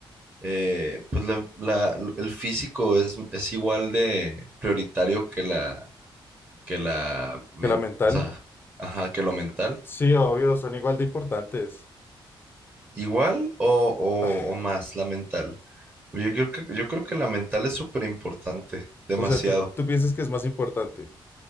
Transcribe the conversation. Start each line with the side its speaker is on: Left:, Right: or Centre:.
Right: eh, pues la- la- el físico es, es igual de prioritario que la, que la, men-
Left: que la mental,
Right: o sea, ajá, que lo mental?
Left: sí, obvio, son igual de importantes.
Right: ¿Igual o, o-
Left: <sighs>
Right: o más la mental? Yo creo que, yo creo que la mental es súper importante, demasiado,
Left: O sea, ¿tú, tú piensas que es más importante?